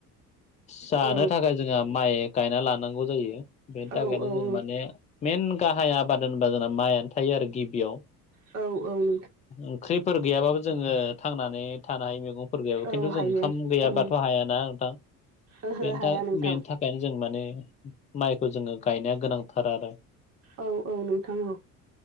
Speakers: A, on the left; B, on the right.
A: जानो
B: औ
A: थाखाय जोंहा माइ गायना लानांगौ जायो बेनि थाखायनो
B: औ
A: जों माने मइेन गाहाय आबाद होनबा जोंना मायानो थायो आरो गिबियाव
B: औ-औ
A: ओंख्रिफोर गैयाबाबो जोङो थांनानै थानो हायो मैगंफोर गैयाबो
B: औ
A: खिन्थु
B: हायो
A: जों गैयाबाथ'
B: उम
A: हायाना नोंथांनि
B: ओहो हाया
A: थाखाय
B: नोंथां
A: बेनि थाखायनो जों माने माइखौ जोङो गायनाया गोनांथार आरो
B: औ-औ नोंथां औ